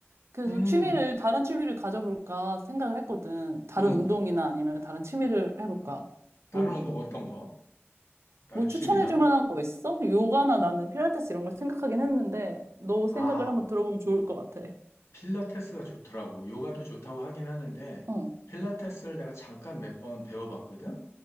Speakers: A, on the right (about 80°); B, on the left (about 85°).
A: 그래서
B: 음,
A: 취미를, 다른 취미를 가져볼까 생각을 했거든. 다른
B: 음.
A: 운동이나 아니면 다른 취미를 해볼까.
B: 다른
A: 뭐,
B: 운동 어떤 거? 다른
A: 뭐
B: 취미나?
A: 추천해 줄 만한 거 있어? 요가나 나는 필라테스 이런 걸 생각하긴 했는데 너
B: 아,
A: 생각을 한번 들어보면 좋을 것 같아.
B: 필라테스가 좋더라고. 요가도 좋다고 하긴 하는데,
A: 어,
B: 필라테스를 내가 잠깐 몇 번 배워봤거든?